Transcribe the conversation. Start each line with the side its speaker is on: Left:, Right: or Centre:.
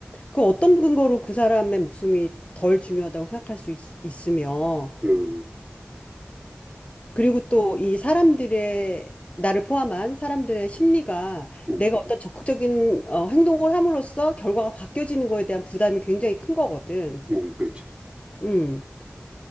Left: 그 어떤 근거로 그 사람의 목숨이 덜 중요하다고 생각할 수 있, 있으며,
Right: 음,
Left: 그리고 또 이 사람들의, 나를 포함한 사람들의 심리가
Right: 음,
Left: 내가 어떤 적극적인 어, 행동을 함으로써 결과가 바뀌어지는 거에 대한 부담이 굉장히 큰 거거든.
Right: 음, 그렇지.
Left: 음,